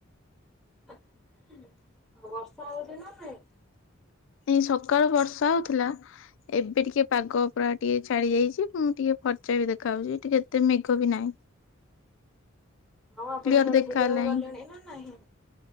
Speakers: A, in the centre; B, on the left.
A: ଆଉ ବର୍ଷା ହଉଛି ନା ନାଇଁ?
B: ଏ ସକାଳୁ ବର୍ଷା ହଉଥିଲା ଏବେ ଟିକେ ପାଗ ପୁରା ଟିକେ ଛାଡି ଯାଇଛି। ମୁଁ ଟିକେ ଫର୍ଚା ବି ଦେଖା ଯାଉଛି। ଟିକେ ଏତେ ମେଘ ବି ନାହିଁ।
A: ଆଉ ଆପଣ
B: କ୍ଲିୟର
A: କୁଆଡେ
B: ଦେଖା
A: ପୁଜାକୁ
B: ହେଲାଣି
A: ଗଲେଣି ନା ନାହିଁ।